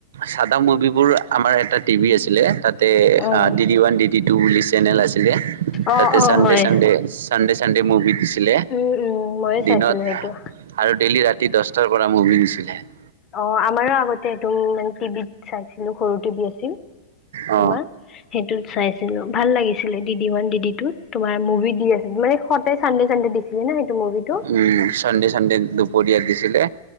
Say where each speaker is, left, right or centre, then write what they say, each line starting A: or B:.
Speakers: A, on the right (about 70°); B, on the left (about 20°).
A: চাদা মুভিবোৰ আমাৰ এটা টিভি আছিলে তাতে
B: উম
A: ডি ডি ওৱান ডি দি টো বুলি চেনেল আছিলে
B: অ
A: তাতে
B: অ
A: চানডে
B: হয়
A: চানডে চানড চানডে মুভি দিছিল।
B: উম উম ময়ো
A: দিনত
B: চাইছিলো সেইটো
A: আৰু ডেইলি ৰাতি দহটাৰ পৰা মুভি <unintelligible>
B: অ', আমাৰো আগতে একদম মানে টিভিত চাইছিলো সৰু টিভি আছিল।
A: অ
B: তোমাৰ সেইটোত চাইছিলো ভাল লাগিছিলে ডি ওৱান ডি টু তোমাৰ মুভি দি আছিল মানে সতে চান চনডে দিছিলি ন এইটো মুভি টো।
A: উম, চানডে চানডে দুপৰীয়া দিছিলে।